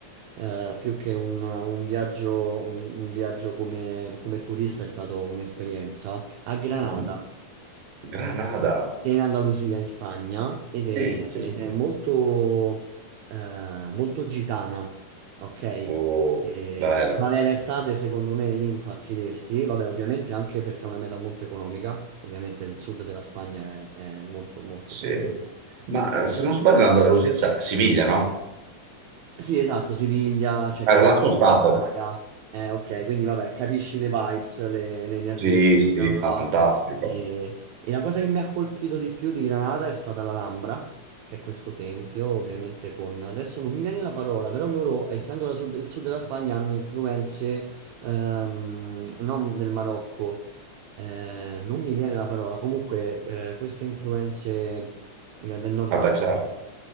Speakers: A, on the right; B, on the right.
A: eh, più che un, un viaggio, un, un viaggio come, come turista è stato un'esperienza a Granada.
B: Mhm. Granada.
A: Viene in Andalusia in Spagna ed è,
B: Sì, sì,
A: ed
B: sì.
A: è molto, eh, molto gitana, ok?
B: Oh,
A: E
B: bello.
A: primavera e estate secondo me lì impazziresti, vabbè ovviamente anche perché è una meta molto economica, ovviamente il sud della Spagna è, è molto molto
B: Sì.
A: economico.
B: Ma eh, se non sbaglio l'Andalusia c'è Siviglia, no?
A: Sì, esatto, Siviglia, c'è Granata,
B: Eh, là sono stato.
A: Malaga. Eh, ok, quindi vabbè, capisci le vibes, le, le energie
B: Sì,
A: che
B: sì,
A: c'erano
B: fantastico.
A: là. E, e la cosa che mi ha colpito di più di Granada è stata l'Alhambra, che è questo tempio, ovviamente con... Adesso non mi viene la parola, però loro, essendo la sud- il sud della Spagna, hanno influenze ehm, non del Marocco, eh, non mi viene la parola, comunque eh, queste influenze eh, del Nord
B: Vabbè,
A: Africa
B: certo.